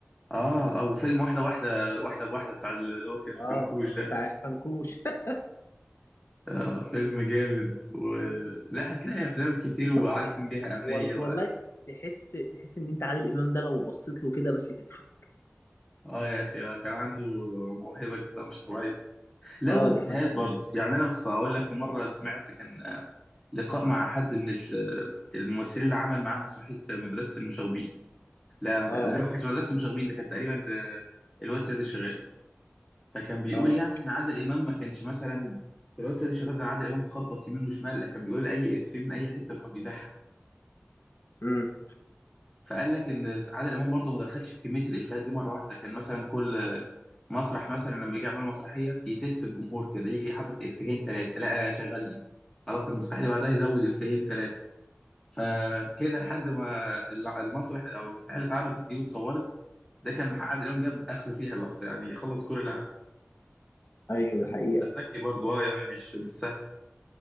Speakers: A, on the left; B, on the left.
A: اه او فيلم واحدة واحدة واحدة بواحدة بتاع اللي هو كان الفنكوش
B: اه
A: ده
B: بتاع الفنكوش <laughs>
A: آه فيلم جامد و... لا هتلاقي افلام كتير وعايزين
B: بص
A: بيها امنيه
B: وال...
A: و...
B: والله تحس تحس ان انت عادل امام ده لو بصيت له كده بس تضحك
A: اه يا اخي آه، كان عنده موهبه كده مش طبيعيه لو
B: اه
A: اجتهاد
B: دي حقيقة
A: برضه يعني انا ف- اقول لك مره سمعت كان آه، لقاء مع حد من ال- الممثلين اللي عمل معاه مسرحيه مدرسه المشاغبين لا ما كان-
B: اه
A: لا ما كانتش مدرسه المشاغبين ده كانت تقريبا ده الواد سيد الشغال فكان بيقول
B: اه
A: يعني ان عادل امام ما كانش مثلا في الواد سيد الشغال ده عادل امام خبط يمين وشمال لا كان بيقول اي افيه من اي حته وكان بيضحك
B: امم
A: فقال لك ال- عادل امام برضه ما دخلش بكميه الافيهات دي مره واحده كان مثلا كل مسرح مثلا لما يجي يعملوا مسرحيه يتست الجمهور كده يجي حاطط افيهين ثلاثه لا شغالين خلاص المسرحيه اللي بعدها يزود افيهين ثلاثه فكده لحد ما الع- المسرح او المسرحيه اللي اتعرضت دي واتصورت ده كان عادل امام جاب اخره فيها بقى يعني خلص كل اللي عنده
B: ايوه دي حقيقة
A: ذكي برضه اه يعني مش مش سهل